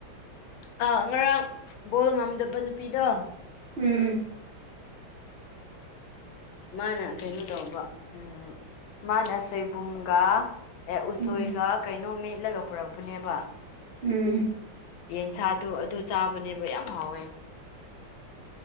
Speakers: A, on the left; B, on the right.
A: ꯑꯥ ꯉꯔꯥꯡ ꯕꯣꯜ ꯉꯝꯗꯕ ꯅꯨꯄꯤꯗꯣ
B: ꯎꯝ
A: ꯃꯥꯅ ꯀꯩꯅꯣ ꯇꯧꯕ ꯎꯝ ꯃꯥꯅ ꯁꯣꯏꯕꯨꯝꯒ ꯑꯦ ꯎꯁꯣꯏꯒ
B: ꯎꯝ
A: ꯀꯩꯅꯣ ꯃꯦꯠꯂꯒ ꯄꯨꯔꯛꯄꯅꯦꯕ
B: ꯎꯝ
A: ꯌꯦꯟꯁꯥꯗꯨ ꯑꯗꯨ ꯆꯥꯕꯅꯦꯕ ꯌꯥꯝ ꯍꯥꯎꯋꯦ